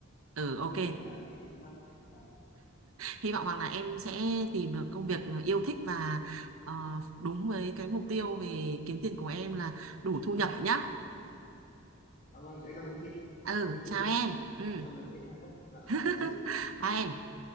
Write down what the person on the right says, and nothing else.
ừ
ok
Hy vọng rằng là em sẽ tìm được công việc yêu thích và ờ, đúng với cái mục tiêu về kiếm tiền của em là đủ thu nhập nhá.
Ừ,
chào
em. Ừ,
<laughs>
bye em.